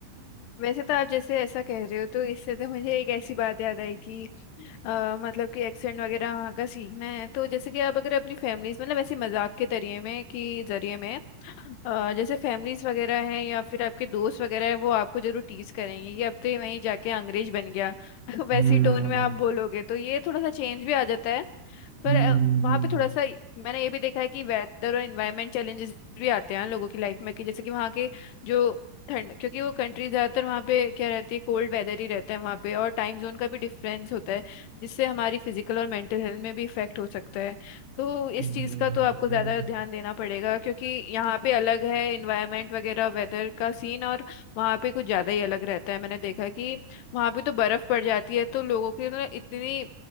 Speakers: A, on the left (about 75°); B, on the right (about 60°).
A: वैसे तो आप जैसे ऐसा कह रहे हो तो इससे तो मुझे एक ऐसी बात याद आई कि अ, मतलब कि एक्सेंट वगैरह वहाँ का सीखना है तो जैसे कि आप अगर अपनी फैमिलीज मतलब ऐसे मजाक के तरीके में कि जरिए में अ, जैसे फैमिलीज वगैरह है या फिर आपके दोस्त वगैरह है वो आपको जरूर टीज करेंगे कि अब तो ये वहीं जाके अंग्रेज बन गया <laughs> वैसी
B: हम्म
A: टोन में आप बोलोगे तो ये थोड़ा सा चेंज भी आ जाता है पर
B: हम्म
A: अ, वहाँ पे थोड़ा सा मैंने ये भी देखा है कि वेदर और इन्वायरमेंट चैलेंजेस भी आते हैं लोगों की लाइफ में कि जैसे कि वहाँ के जो ठंड क्योंकि वो कंट्री ज्यादातर वहाँ पे क्या रहती है कोल्ड वेदर ही रहता है वहाँ पे और टाइम जोन का भी डिफरेंस होता है जिससे हमारी फिजिकल और मेंटल हेल्थ में भी इफेक्ट हो सकता है तो इस
B: हम्म,
A: चीज़ का तो
B: हम्म,
A: आपको ज़्यादा ध्यान देना पड़ेगा क्योंकि यहाँ पे अलग है इन्वायरमेंट वगैरह वेदर का सीन और वहाँ पे कुछ ज़्यादा ही अलग रहता है मैंने देखा कि वहाँ पे तो बर्फ़ पड़ जाती है तो लोगों की ना इतनी